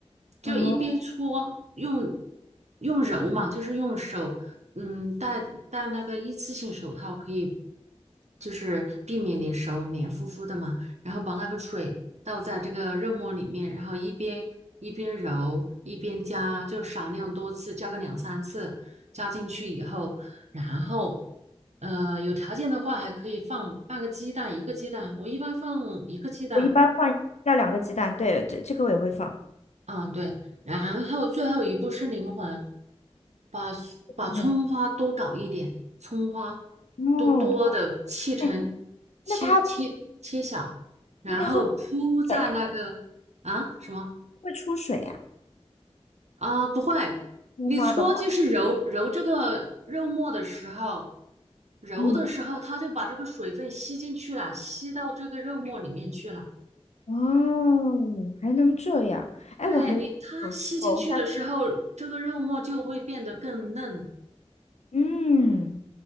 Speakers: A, on the right; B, on the left.
A: 就一边搓，
B: 哦。
A: 用用揉嘛，就是用手，嗯，戴戴那个一次性手套，可以就是避免你手黏糊糊的嘛，然后把那个水倒在这个肉末里面，然后一边一边揉一边加，就少量多次，加个两三次，加进去以后。然后，呃，有条件的话还可以放半个鸡蛋，一个鸡蛋，我一般放一个鸡蛋。
B: 我一般放要两个鸡蛋，对，这这个我也会放。
A: 嗯，对。然后最后一步是灵魂，把 s- 把葱花多搞一点，
B: 是什么？
A: 葱花
B: 哦，
A: 多多的切成
B: 哎，
A: 切切切小，
B: 那它
A: 然后铺在那个啊什么？
B: 那它会不会水呀、会出水呀、
A: 啊，不会，
B: 葱花的话，
A: 你搓就是揉揉这个肉末的时候，揉的时候它就把这个水分吸进去了，
B: 嗯，
A: 吸到这个肉末里面去了。
B: 哦，还能这样？哎，
A: 对你，
B: 我还
A: 它吸进去的时候，
B: 我我下次
A: 这个肉末就会变得更嫩。
B: 嗯，